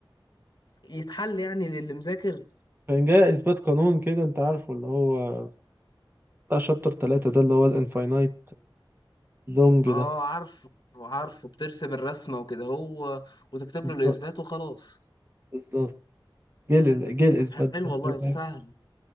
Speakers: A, on the left; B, on the right.
A: يتحل يعني للي مذاكر
B: كان جاي اثبات قانون كده انت عارفه اللي هو بتاع شابتر 3 ده اللي هو الانفاينايت لونج
A: اه عارفه عارفه بترسم الرسمة وكده هو وتكتب له الإثبات
B: ده
A: وخلاص
B: بالظبط جيل جيل
A: طب
B: اثبات
A: حلو
B: ده
A: والله
B: خلي بالك
A: سهل